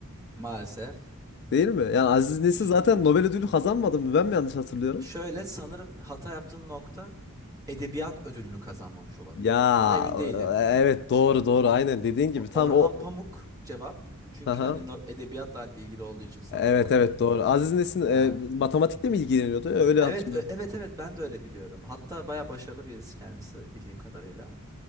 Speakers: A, on the right (about 15°); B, on the left (about 50°).
A: Maalesef.
B: Değil mi? Yani Aziz Nesin
A: Ş-
B: zaten Nobel ödülü kazanmadı mı? Ben mi yanlış hatırlıyorum?
A: şöyle sanırım hata yaptığın nokta edebiyat ödülünü kazanmamış olabilir.
B: Ya
A: Ama emin değilim.
B: e, evet doğru doğru aynen dediğin gibi
A: O-
B: tam
A: Orhan
B: o
A: Pamuk cevap. Çünkü
B: Aha.
A: hani no- edebiyatla ilgili olduğu için sanırım
B: Evet
A: o da.
B: evet doğru. Aziz Nesin e,
A: Ha.
B: matematikle mi ilgileniyordu? Öyle
A: Evet,
B: hatırlıyorum.
A: ö- evet, evet ben de öyle biliyorum. Hatta baya başarılı birisi kendisi bildiğim kadarıyla.